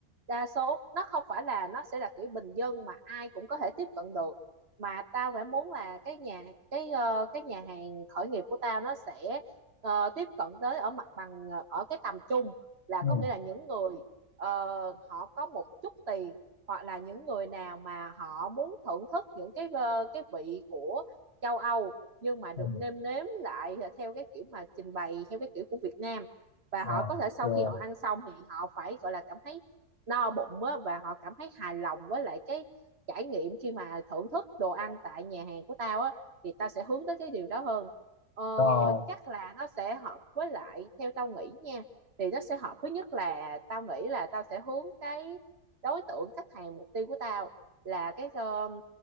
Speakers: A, on the right (about 40°); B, on the left (about 50°).
A: đa số nó không phải là nó sẽ là kiểu bình dân mà ai cũng có thể tiếp cận được mà tao phải muốn là cái nhà cái ờ, cái nhà hàng khởi nghiệp của tao nó sẽ ờ, tiếp cận tới ở mặt bằng ờ, ở cái tầm trung là
B: ừ
A: có nghĩa là những người ờ, họ có một chút tiền hoặc là những người nào mà họ muốn thưởng thức những cái ờ, cái vị của châu Âu nhưng mà được
B: ừ
A: nêm nếm lại theo cái kiểu mà trình bày theo cái kiểu của Việt Nam và
B: ờ
A: họ có thể sau
B: rồi
A: khi họ ăn xong thì họ phải gọi là cảm thấy no bụng á và họ cảm thấy hài lòng với lại cái trải nghiệm khi mà thưởng thức đồ ăn tại nhà hàng của tao á thì tao sẽ hướng tới cái điều đó hơn ờ,
B: rồi
A: chắc là nó sẽ hợp với lại theo tao nghĩ nha thì nó sẽ hợp với nhất là tao nghĩ là tao sẽ hướng cái đối tượng khách hàng mục tiêu của tao là cái um,